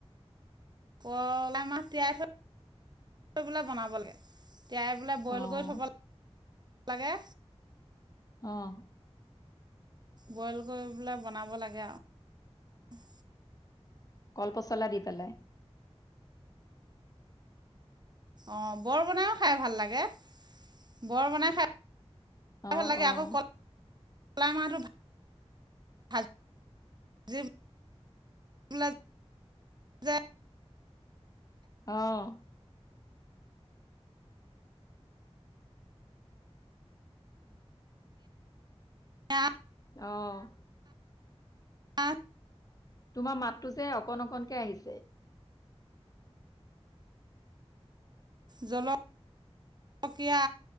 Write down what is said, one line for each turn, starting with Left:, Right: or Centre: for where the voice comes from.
Right: কলাই মাহ তিয়াই থৈ, থৈ পেলে বনাব লাগে। তিয়াই পেলাই বইল
Left: অ',
Right: কৰি থ'ব লাগে। লাগে।
Left: অ'।
Right: বইল কৰি পেলাই বনাব লাগে আৰু
Left: কলপচলা দি পেলাই
Right: অ' বৰ বনাইও খাই ভাল লাগে, বৰ বনাই খাই
Left: অহ-অহ।
Right: ভাল লাগে আকৌ কলাই মাহতো ভা ভাজি পেলে যে
Left: অহ।
Right: এয়া
Left: অ'
Right: আ'
Left: তোমাৰ মাতটো যে অকণ- অকণকে আহিছে।
Right: জলকীয়া